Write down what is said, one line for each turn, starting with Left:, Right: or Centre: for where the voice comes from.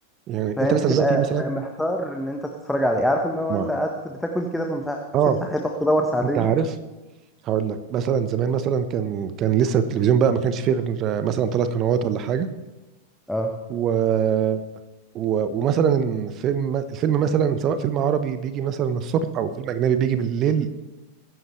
Right: يعني
Centre: فاهم
Right: انت مثلا
Centre: بتبقى
Right: دلوقتي مثلا
Centre: محتار ان انت تتفرج على ايه عارف ان هو
Right: ما
Centre: انت قاعد بت- بتاكل كده فمش عارف
Right: اه
Centre: تفتح ايه تقعد تدور ساعتين
Right: انت عارف هقول لك مثلا زمان مثلا كان كان لسه التلفزيون بقى ما كانش فيه غير مثلا ثلاث قنوات ولا حاجه
Centre: اه
Right: و... و... ومثلا الفيلم الفيلم مثلا سواء فيلم عربي بيجي مثلا الصبح او فيلم اجنبي بيجي بالليل